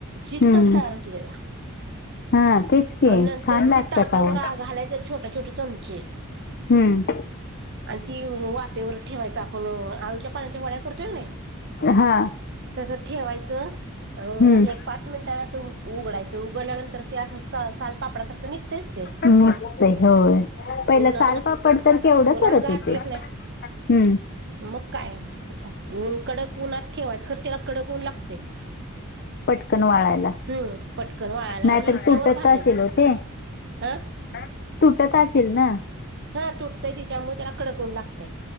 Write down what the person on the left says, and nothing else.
हम्म
हा तेच. की
छान लागतात
अहो.
हम्म.
हा.
हम्म.
मस्त आहे होय पहिलं सालपापड तर केवढं
करत
होते
हम्म
पटकन वाळायला
नाहीतर
तुटत
असेल हो ते
<inaudible> तुटत असेल ना.